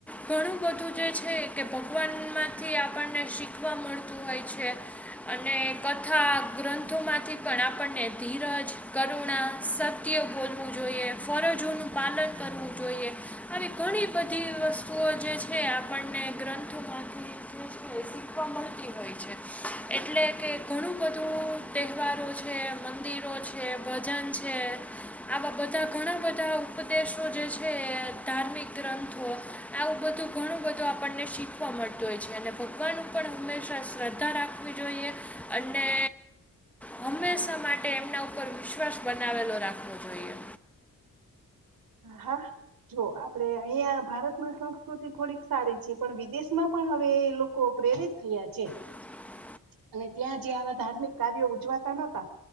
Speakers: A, in the centre; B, on the right.
A: ઘણું બધું જે છે કે ભગવાનમાંથી આપ પણને શીખવા મળતું હોય છે અને કથા ગ્રંથોમાંથી પણ આપણને અને ધીરજ કરુણા સત્ય બોલવું જોઈએ ફરજોનું પાલન કરવું જોઈ એ આવી ઘણી બધી વસ્તુઓ જે છે આપણને ગ્રંથોમાંથી <unintelligible> મળતી હોય છે. એટલે કે ઘણું બધું તહેવારો છે મંદિર રો છે ભજન છે આવા બધા ઘણા બધા ઉપદેશો જે છે ધાર્મિક ગ્રંથો આવું બધું ઘણું બધું આપણને શીખવા મળતું હોય છે. અને ભગવાન ઉપણ હંમેશા શ્રદ્ધા રાખવી જોઈએ અને હંમેશા માટે એમના ઉપર વિશ્વાસ બનાવેલો રાખવો જોઈએ.
B: હા જો આપડે અહિયાં ભારતમાં સંસ્કૃતિ થોડીક સારી છે પણ વિદેશમાં પણ હવે એ લોકો પ્રેરિત થયા છે.
A: <unintelligible>
B: અને ત્યાં જે આવા ધાર્મિક કાર્યો ઉજવાતા નહતા